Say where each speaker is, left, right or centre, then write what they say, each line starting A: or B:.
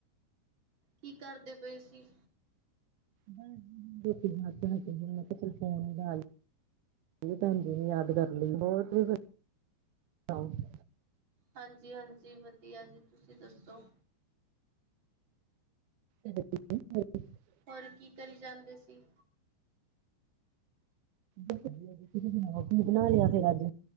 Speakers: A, on the right; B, on the right.
A: ਕੀ ਕਰਦੇ ਪਏ ਸੀ।
B: ਬੱਸ ਜੀ ਰੋਟੀ ਬਣਾ ਕੇ ਹੱਟੇ ਸੀ, ਮੈਂ ਕਿਹਾ ਚੱਲ ਫੋਨ ਮਿਲਾ ਲਾ। ਭੈਣਜੀ ਨੇ ਯਾਦ ਕਰ ਲਈ, ਬ <unintelligible>
A: ਹਾਂਜੀ-ਹਾਂਜੀ, ਵਧੀਆ ਜੀ ਤੁਸੀਂ ਦੱਸੋ?
B: ਹ <unintelligible> <inaudible>
A: ਹੋਰ ਕੀ ਕਰੀ ਜਾਂਦੇ ਸੀ।
B: ਵਧੀਆ ਜੀ, ਤੁਸੀਂ ਸੁਣਾਉ ਬਣਾ ਲਿਆ ਫਿਰ ਅੱਜ?